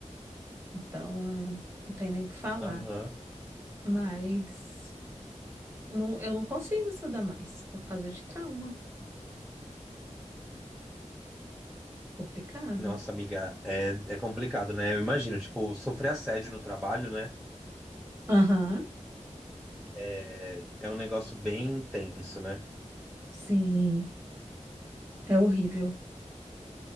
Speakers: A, on the right (about 20°); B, in the centre.
A: Então, não tem nem o que falar.
B: aham.
A: Mas não, eu não consigo estudar mais por causa de trauma. Complicado.
B: Nossa, amiga, é, é complicado, né? Eu imagino, tipo, sofrer assédio no trabalho, né?
A: Aham,
B: É, é um negócio bem intenso, né?
A: sim, é horrível.